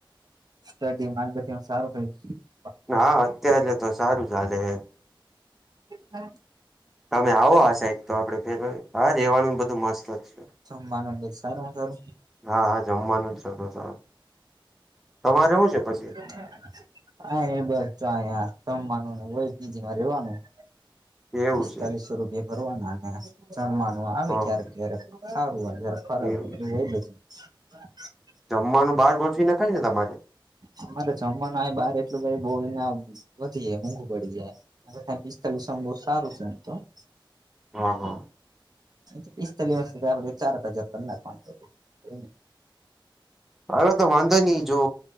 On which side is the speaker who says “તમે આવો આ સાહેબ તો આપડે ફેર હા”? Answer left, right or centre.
Centre